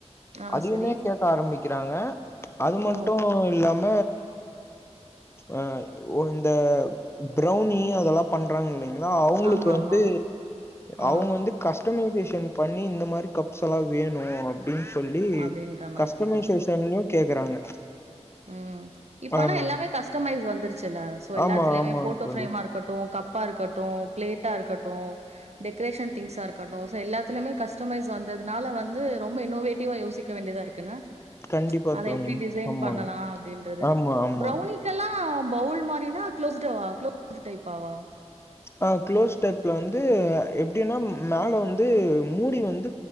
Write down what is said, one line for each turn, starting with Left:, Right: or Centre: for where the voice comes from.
Right: ஆ
Left: அதியுமே
Right: சரி.
Left: கேக்க ஆரம்பிக்கிறாங்க அது மட்டு
Right: ஓ!
Left: இல்லாம அ ஓ இந்த பிரௌனி அதெல்லா பண்றாங்க இல்லிங்ளா அவுங்களுக்கு
Right: ஆமாமா.
Left: வந்து
Right: ஆ.
Left: அவுங்க வந்து கஸ்டமைசேஷன் பண்ணி இந்த மாரி கப்ஸ் எல்லா வேணு அப்டின்னு சொல்லி
Right: அப்டின்ற மாரி
Left: கஸ்டமைசேஷன்லியு
Right: கேக்குறாங்க.
Left: கேக்குறாங்க
Right: ம். ம் இப்பனா
Left: ஆமாங்க.
Right: எல்லாமே கஸ்டமைஸ் வந்துருச்சுல்ல எல்லாத்துலியுமே
Left: ஆமா, ஆமாங்க
Right: போட்டோ
Left: தோழி.
Right: ஃப்ரேமா இருக்கட்டு கப்பா இருக்கட்டு பிளேட்டா இருக்கட்டு டெக்கரேஷன் திங்ஸ்சா இருக்கட்டு சோ எல்லாதிலியுதுமே கஷ் கஸ்டமைஸ் வந்ததுனால வந்து ரொம்ப இன்னோவேட்டிவ்வா யோசிக்க வேண்டியதா இருக்குன்ன
Left: கண்டிப்பா
Right: அத
Left: தோழி.
Right: எப்டி டிசைன்
Left: ஆமாங்க.
Right: பண்ணலா அப்டின்றது
Left: ஆமா, ஆமா.
Right: பிரௌனி க்கெல்லா பவுல் மாரினா குளோஸ்டாவா குளோஸ் டைப்பாவா
Left: ஆ க்ளோஸ் டைப்ல வந்து எப்டின்னா மேல வந்து மூடி வந்து